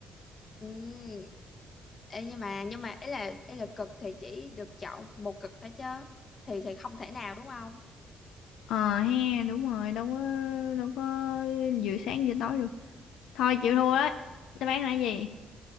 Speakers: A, on the left; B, on the left.
A: Ừm, ê, nhưng mà nhưng mà ấy là ấy là cực thì chỉ được chọn một cực đó chứ thì thì không thể nào đúng không
B: ờ ha đúng rồi đâu có đâu có vừa sáng vừa tối được thôi chịu thua đấy đáp án là cái gì